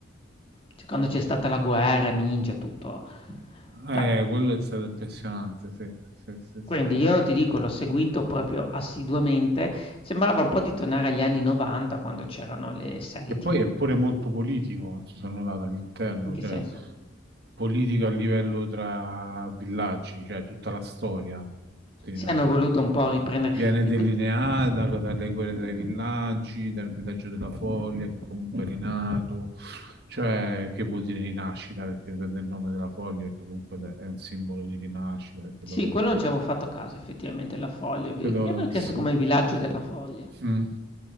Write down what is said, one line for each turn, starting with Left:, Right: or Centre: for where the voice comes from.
Left: Cioè quando c'è stata la guerra, ninja, tutto. Cioè
Right: eh, quello è stato impressionante, sì, sì, sì,
Left: Quindi
Right: sì, sì.
Left: io ti dico, l'ho seguito proprio assiduamente, sembrava un po' di tornare agli anni '90 quando c'erano le serie
Right: E
Left: TV.
Right: poi è pure molto politico, ci sono notato all'interno,
Left: In che
Right: cioè
Left: senso?
Right: politico a livello tra villaggi, cioè tutta la storia di
Left: Sì,
Right: Naruto.
Left: hanno voluto un po' riprendere
Right: Viene
Left: cioè
Right: delineata
Left: que
Right: dalle guerre tra i villaggi, dal villaggio della Foglia che comunque è rinato, cioè che vuol dire rinascita perché prende il nome della Foglia che comunque è un simbolo di rinascita perché
Left: sì,
Right: poi comunque
Left: quello non ci avevo fatto caso effettivamente, La Foglia, è ve
Right: quello
Left: io avevo chiesto
Right: sì.
Left: come il villaggio della Foglia.
Right: Mm.